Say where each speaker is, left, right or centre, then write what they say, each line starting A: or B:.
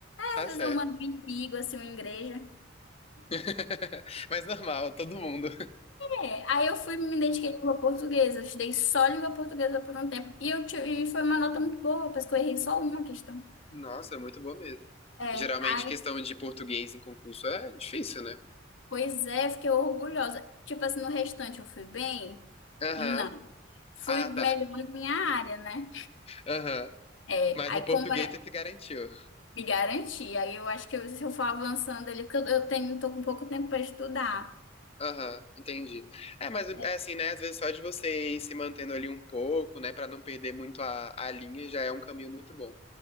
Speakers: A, on the left; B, on the left.
A: Tá
B: Às vezes
A: certo.
B: eu mando um inimigo, assim, uma igreja.
A: <laughs> Mas normal, todo mundo.
B: É, aí eu fui me dediquei à língua portuguesa, eu estudei só língua portuguesa por um tempo e, eu ti- e foi uma nota muito boa, parece que eu errei só uma questão.
A: Nossa, é muito boa mesmo.
B: É,
A: Geralmente,
B: aí,
A: questão de português em concurso é difícil, né?
B: pois é, fiquei orgulhosa. Tipo assim, no restante eu fui bem?
A: Aham.
B: Não. Fui
A: Ah,
B: melhor
A: tá.
B: na minha área, né?
A: Aham.
B: É,
A: Mas
B: aí
A: no português
B: como era
A: você se garantiu.
B: me garantir, aí eu acho que eu- se eu for avançando ali, porque eu eu tenho, tô com pouco tempo para estudar.
A: Aham, entendi. É, mas é
B: É,
A: assim, né? Às vezes só de você ir se mantendo ali um pouco, né? Pra não perder muito a, a linha, já é um caminho muito bom.